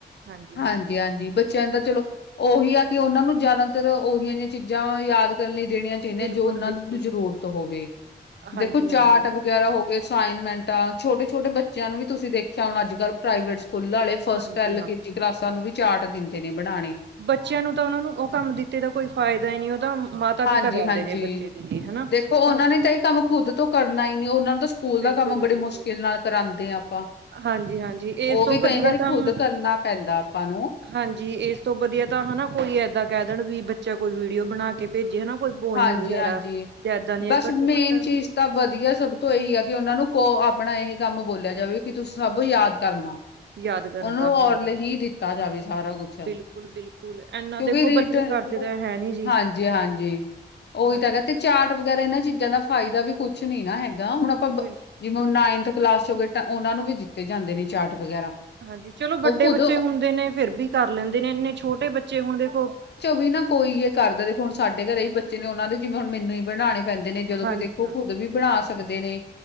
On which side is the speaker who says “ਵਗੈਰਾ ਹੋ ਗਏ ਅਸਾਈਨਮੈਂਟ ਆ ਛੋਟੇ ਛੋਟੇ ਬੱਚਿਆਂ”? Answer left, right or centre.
Left